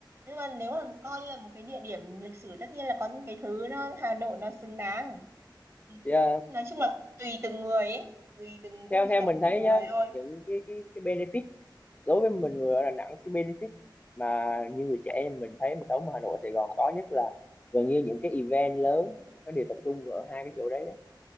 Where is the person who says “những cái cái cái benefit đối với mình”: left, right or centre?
Left